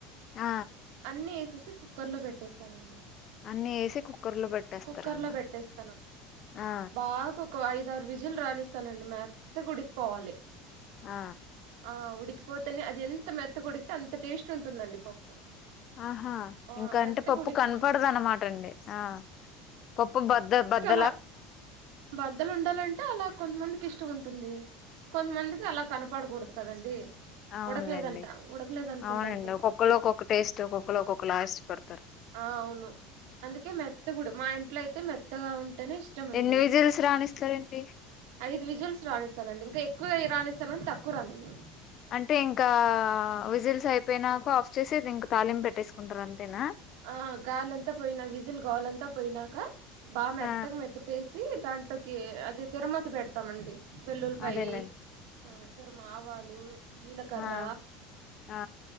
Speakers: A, on the left (about 40°); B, on the right (about 75°).
A: ఆ
B: అన్ని ఎసేసి కుక్కర్ లో పెట్టేస్తానండి
A: అన్ని వేసి కుక్కర్ లో పెట్టేస్తారనమాట
B: కుక్కర్ లో పెట్టేస్తను
A: ఆ
B: బాగా కు కొ ఐద ఆరు విజిల్ రానిస్తానండి మెత్త్ గుడికిపోవాలి
A: ఆ
B: ఆ ఉడికిపోతెనె అది ఎంత మెత్తగుడికితే అంత టేస్ట్ ఉంటుందండి పప్పు
A: ఆహా
B: ఆ
A: ఇంక
B: మెత్తగా
A: అంటే పప్పు
B: ఉడికిన
A: కనపడదు అనమాట అండి ఆ పప్పు బద్ద బద్ద
B: ల బద్దలుండాలంటే అలా కొంతమందికి ఇష్టం ఉన్ టుంది కొంతమందికి అలా కనపడకూడదు కదండి
A: ఆవున్
B: ఉడకలేదంట
A: లెండి
B: ఉడకలేదు అనుకుంటారు
A: అవునండి
B: పప్పు
A: ఒక్కొక్కళ్ళు ఒక్కొక్క టేస్ట్ ఒక్కొక్కళ్ళు ఒక్కొక్క లా ఇష్ట పడతారు
B: ఆ అవును అందుకె మెత్తగుడు మా ఇంట్లో అయితే మెత్తగా ఉన్ టెనే ఇష్టం అండి
A: ఎన్ని విజిల్స్ రానిస్తారండి
B: ఐదు విజిల్స్ రానిస్తానండి ఇంక ఎక్కువె రానిస్తాన్ గన్ తక్కువ రానియను
A: అంటే ఇంకా విజిల్స్ అయిపోయినాక ఆఫ్ చేసి ది ఇంక తాలిం పెట్టేసుకుంటరు అంతేనా
B: ఆ గాలంతా పోయినా విజిల్ గాలంతా పోయినాక బా మెత్తగ
A: ఆ
B: మెత్తిపేసి దాంట్లోకి అది తెరమత్ పెడ్ తమండి వేల్లులిపాయి
A: అదేలేండి
B: ఆ తరము ఆవాలు జీలకర్ర
A: ఆ ఆ